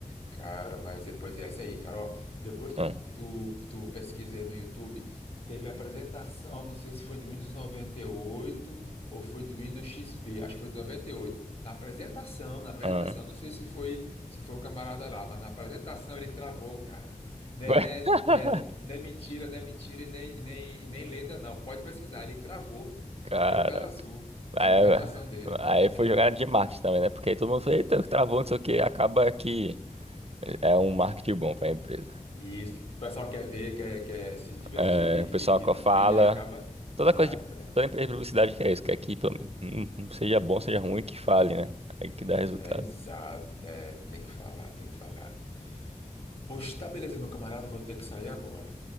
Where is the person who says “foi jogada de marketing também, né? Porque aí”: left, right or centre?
Right